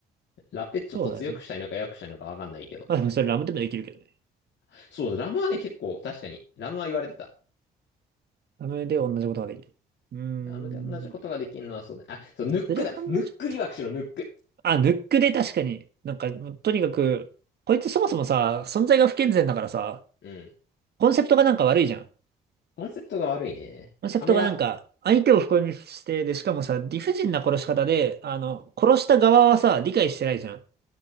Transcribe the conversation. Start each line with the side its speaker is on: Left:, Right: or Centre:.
Left: ラペちょっと強くしたいのか弱くしたいのかわかんないけど。
Right: そうだよね。まあ、でもそれラムでもできるけどね。
Left: そう、ラムはね結構確かに、ラムは言われてた。
Right: ラムで同じことができる。うーん。
Left: ラムで同じことができるのはそうだね。あ、そう、ヌックだ。
Right: ズレハンもちょっと。
Left: ヌックリワークしろ、ヌック。
Right: あ、ヌックで確かに。なんか、もうとにかく、こいつそもそもさ、存在が不健全だからさ、
Left: うん。
Right: コンセプトがなんか悪いじゃん。
Left: コンセプトが悪いね。
Right: コンセプトがなんか、
Left: カメラ、
Right: 相手を不幸にして、で、しかもさ、理不尽な殺し方で、あの、殺した側はさ、理解してないじゃん。